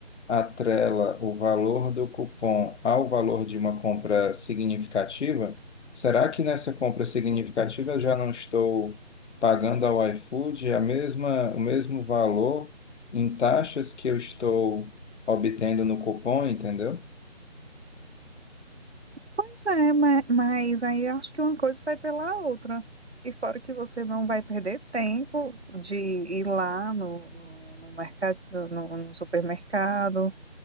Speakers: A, on the left; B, on the right.
A: atrela o valor do cupom ao valor de uma compra significativa, será que nessa compra significativa eu já não estou pagando ao iFood a mesma, o mesmo valor em taxas que eu estou obtendo no cupom, entendeu?
B: Pois é, ma- mas aí acho que uma coisa sai pela outra. E fora que você não vai perder tempo de ir lá no, no, no mercado, no, no supermercado,